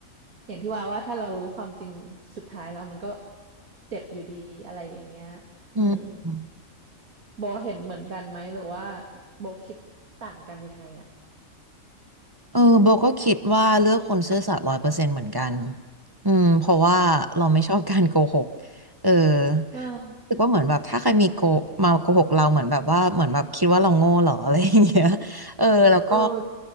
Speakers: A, on the right; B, on the right.
A: อย่างที่ว่าว่าถ้าเรารู้ความจริงสุดท้ายแล้วมันก็เจ็บอยู่ดีอะไรอย่างเงี้ยอืม
B: อืม
A: โบเห็นเหมือนกันไหมหรือว่าโบคิดต่างกันยังไงอ่ะ
B: เออโบก็คิดว่าเลือกคนซื่อสัตย์ร้อยเปอร์เซ็นต์เหมือนกันอืมเพราะว่าเราไม่ชอบการโกหกเออ
A: ใช่
B: รู้สึกว่าเหมือนแบบถ้าใครมีโกมาโกหกเราเหมือนแบบว่าเหมือนแบบคิดว่าเราโง่เหรอ <laughs> อะไรอย่างเงี้ยเออแล้วก็
A: เออ